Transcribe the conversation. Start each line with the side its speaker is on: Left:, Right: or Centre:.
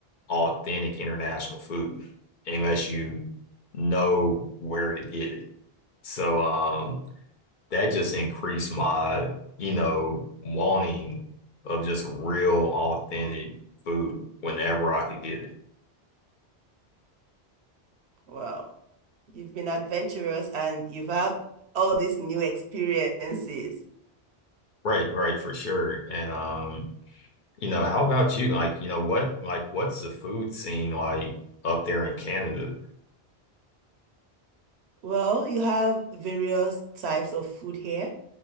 Left: authentic international food unless you know where to get it. So, um, that just increased my, you know, wanting of just real authentic
Right: Mm.
Left: food whenever I could get it.
Right: Wow. You've been adventurous and you've had all these new experiences.
Left: Right, right, for sure. And um, you know, how about you? Like, you know, what like what's the food scene like up there in Canada?
Right: Well, you have various types of food here,